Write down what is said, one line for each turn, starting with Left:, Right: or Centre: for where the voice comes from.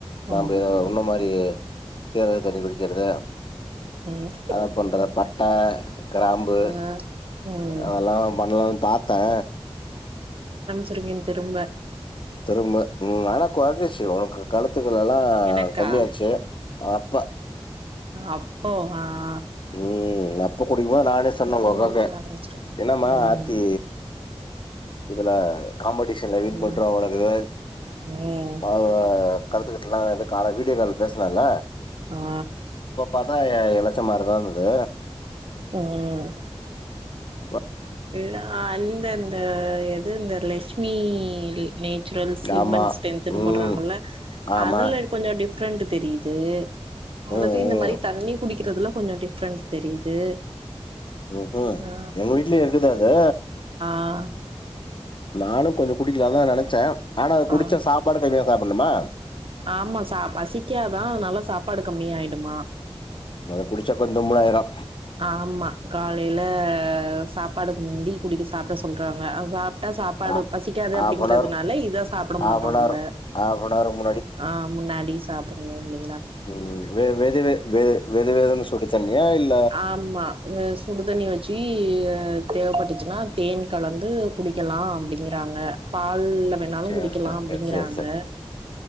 Right: ம்
Left: நாம்ப ஏதோ முன்ன மாரி சேர்ர தண்ணி குடிக்கிறது
Right: ம்
Left: அத பண்றது பட்ட கிராம்பு
Right: ஆ ம்
Left: அதெல்லா பண்ணலான்னு பாத்தே
Right: சிருக்கே திரும்ப
Left: திரும்ப உம் ஆனா கொழந்தயை வச் ஒனக்கு கழுத் கத்துக்குள எல்லா
Right: எனக்கா
Left: கம்மியாச்சு ஆ அப்ப
Right: அப்போ ஆஹ்
Left: உம் அப்ப குடிக்குமோ நானே சொன்னே ஒங்க
Right: கொஞ்சோ
Left: அக்காகே
Right: ஆரம்பிச்சிருக்கே
Left: என்னம்மா
Right: ம்
Left: ஆத்தி இதுல காம்படிஷன்ல வின்
Right: ம்
Left: பண்றவங்களுக்கு
Right: ம்
Left: <unintelligible> கழுத்துக்கிட்டலா இதுக்கான வீடியோ கால் பேசுனால்ல
Right: ஆ
Left: இப்ப பாத்தா எல ச்ச மாரிதா இருந்தது
Right: ஆஹ்
Left: ஓ
Right: நான் அந்தந்த இருந்த ரிலேஷன் <inaudible> ஜென்ஸ் ஸ்லிம்
Left: ஆமா
Right: அண்ட் ஸ்ட்ரென்த்கு
Left: ம்
Right: பண்றாங்களா
Left: ஆமா
Right: அதுல கொஞ்சம் டிஃபரண்ட டிஃப்ரண்ட் தெரியுது
Left: ம்
Right: அடுத்து இந்த
Left: ம்
Right: மாதிரி தண்ணி குடிக்கிறதுல கொஞ்சம் டிஃபரென்ஸ் தெரியுது
Left: உஹம்ஹம்
Right: ஆ
Left: எங்க வீட்டில இருக்குதா அது
Right: ஆஹ்
Left: நானு கொஞ்ச குடிக்கலாந்தா நெனச்சே ஆனா அத குடிச்சா
Right: ஆ
Left: சாப்பாடு கம்மியா சாப்பிட்னுமா
Right: ஆமா சா பசிக்காதா அதுனால சாப்பாடு கம்மியாய்டுமா
Left: அத குடிச்சா கொஞ்ச ரொம்ப நேர ஆய்ரு
Right: ஆமா காலைல சாப்பாடுக்கு முந்தி குடிச்சு சாப்ட சொல்றாங்கா கரெக்டா சாப்பாடு
Left: ஆ
Right: பசிக்காது
Left: ஹாஃப்னவர்
Right: அப்டிங்கறதுனால இத சாப்ட
Left: ஹாஃப்னவர்
Right: மாட்டோ நம்ப
Left: ஹாஃப்னவருக்கு
Right: ஆமாம் நீ சாப்டணுனோம்ல
Left: உம் வெ வெது வெது வெ வெது வெதுன்னு சுடு தண்ணியா இல்
Right: ஆமா உம் சுடுதண்ணி வச்சு அஹ் தேவப்பட்டுச்சுனா தேன் கலந்து குடிக்கலா அப்டிங்றாங்க எதுல்ல‌ வேணாலு
Left: சேரி
Right: குடிக்கலா
Left: சேரி
Right: அப்டிங்கிறாங்க
Left: சேரி சேரி சேரி